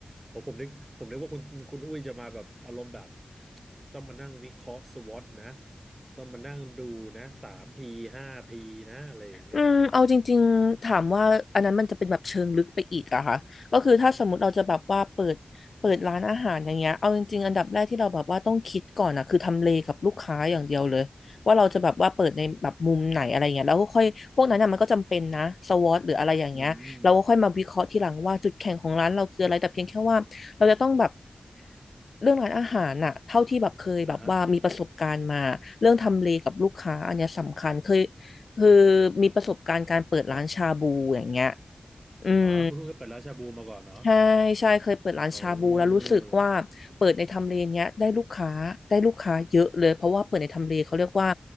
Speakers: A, on the right (about 30°); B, on the left (about 85°).
A: ผมผมนึกผมนึกว่าคุณคุณอุ้ยจะมาแบบอารมณ์แบบต้องมานั่งวิเคราะห์สวอตนะต้องมานั่งดูนะสามพีห้าพีนะอะไรอย่างเงี้ย
B: อืมเอาจริงๆถามว่าอันนั้นมันจะเป็นแบบเชิงลึกไปอีกอะค่ะก็คือถ้าสมมติเราจะแบบว่าเปิดเปิดร้านอาหารอย่างเงี้ยเอาจริงๆอันดับแรกที่เราแบบว่าต้องคิดก่อนอะคือทำเลกับลูกค้าอย่างเดียวเลยว่าเราจะแบบว่าเปิดในแบบมุมไหนอะไรเงี้ยแล้วก็ค่อยพวกนั้นอะมันก็จำเป็นนะสวอตหรืออะไรอย่างเงี้ยเราก็ค่อยมาวิเคราะห์ทีหลังว่าจุดแข็งของร้านเราคืออะไรแต่เพียงแค่ว่าเราจะต้องแบบ
A: อืมอืม
B: เรื่องร้านอาหารน่ะเท่าที่แบบเคยแบบว่ามีประสบการณ์มาเรื่องทำเลกับลูกค้าอันเนี้ยสำคัญเคย
A: อ่าฮะ
B: คือมีประสบการณ์การเปิดร้านชาบูอย่างเงี้ย
A: ครับ
B: อืม
A: อ๋อคุณอุ้ยเคยเปิดร้านชาบูมาก่อนเหรอ
B: ใช่ใช่เคยเปิดร้านชาบูแล้วรู้สึกว่าเปิดในทำเลเนี้ยได้ลูกค้าได้ลูกค้าเยอะเลยเพราะว่าเปิดในทำเลเขาเรียกว่า
A: อืม